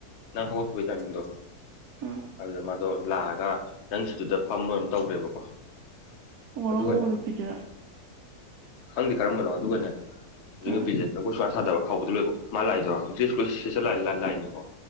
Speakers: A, on the left; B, on the right.
A: ꯅꯪ ꯍꯧꯒꯠꯈꯤꯕꯒꯤ ꯇꯥꯏꯃꯤꯡꯗꯣ
B: ꯎꯝ
A: ꯑꯗꯨꯗ ꯃꯥꯗꯣ ꯂꯥꯛꯑꯒ ꯅꯪ ꯁꯤꯗꯨꯗ ꯐꯝꯕ ꯑꯣꯏꯅꯝ ꯇꯧꯈ꯭ꯔꯦꯕꯀꯣ ꯑꯗꯨꯒꯅꯦ
B: ꯔꯣꯡꯕꯨ ꯅꯨꯄꯤꯗꯔꯥ
A: ꯈꯪꯗꯦ ꯀꯔꯝꯕꯅꯣ ꯑꯗꯨꯒꯅꯦ ꯍꯧꯖꯤꯛ
B: ꯑꯥ
A: ꯅꯨꯄꯤꯁꯦ ꯆꯪꯒꯣꯏ ꯁꯨꯌꯥ ꯁꯥꯗꯕ ꯍꯥꯎꯕꯗꯨ ꯂꯣꯏꯕ ꯃꯥ ꯂꯥꯛꯏꯗꯣ ꯁ ꯂꯥꯛꯏꯅꯤꯀꯣ